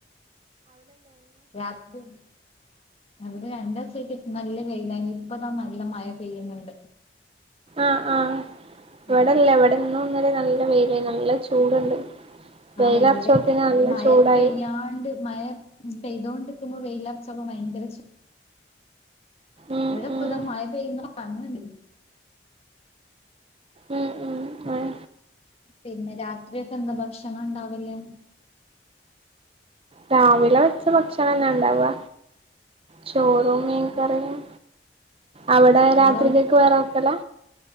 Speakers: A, on the left; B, on the right.
A: രാത്രി ഇവിടെ രണ്ട് ദിവസായിട്ട് നല്ല വെയിലായിന് ഇപ്പതാ നല്ല മഴ പെയ്യുന്നുണ്ട്
B: ആഹ ആഹ്
A: ഉം.
B: ഇവിടെല്ല ഇവിടെന്നും നല്ല വെയിലന്നെ നല്ല ചൂടുണ്ട് വെയിലറച്ചോത്തിന്
A: ആ ഇവിടെ
B: നല്ല
A: മയ
B: ചൂടായി
A: പെയ്യാണ്ട് മയ പെയ്തോണ്ടിക്കുമ്പോ വെയിലറച്ചപ്പ ഭയങ്കര ചൂട
B: ഉം
A: ഇവിടെപ്പിതാ
B: ഉം
A: മയ പെയ്ന്ന് പറന്നണ്ട്
B: ഉം ഉം ഉം
A: പിന്നെ രാത്രിയൊക്കെ എന്താ ഭക്ഷണം ഉണ്ടാവില്ലേ
B: രാവിലെ വെച്ച ഭക്ഷണംന്നാ ഇണ്ടാവ ചോറൂം
A: അതെ
B: മീൻക്കറിയും
A: ആ,
B: അവിടെ
A: നിങ്ങളെ
B: രാത്രികക്ക്
A: വീട്ടിൽ
B: വേറെക്കല്ല